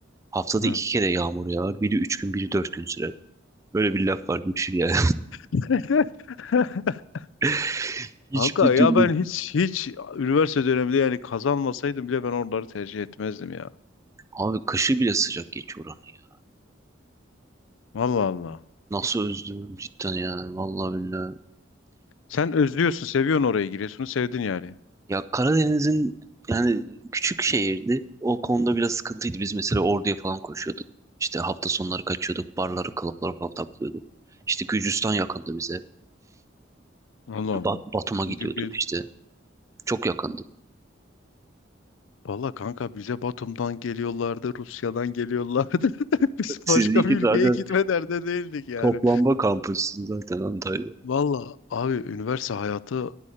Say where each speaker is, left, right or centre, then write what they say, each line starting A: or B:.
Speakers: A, on the right; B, on the left.
A: Haftada
B: Hı.
A: iki kere yağmur yağar. Biri üç gün, biri dört gün sürer. Böyle bir laf var. Düşün yani.
B: <laughs>
A: <laughs> Hiçbir
B: Kanka ya
A: türlü.
B: ben hiç hiç üniversite döneminde yani kazanmasaydım bile ben oraları tercih etmezdim ya.
A: Abi kışı bile sıcak geçiyor oranın ya.
B: Allah Allah.
A: Nasıl özlüyorum cidden ya. Vallahi billahi.
B: Sen özlüyorsun, seviyorsun orayı. Giresun'u sevdin yani.
A: Ya Karadeniz'in yani küçük şehirdi. O konuda biraz sıkıntıydı. Biz mesela Ordu'ya falan koşuyorduk. İşte hafta sonları kaçıyorduk. Barları, klapları falan taklıyorduk. İşte Gürcistan yakındı bize.
B: Allah Allah.
A: Ba- Batum'a
B: Gidip
A: gidiyorduk
B: gidip.
A: işte. Çok yakındı.
B: Valla kanka bize Batum'dan geliyorlardı, Rusya'dan geliyorlardı. <laughs> Biz
A: Siz
B: başka
A: iki
B: bir ülkeye
A: tane
B: gitme derdinde değildik yani.
A: toplanma kampüsünüz zaten Antalya.
B: Valla abi üniversite hayatı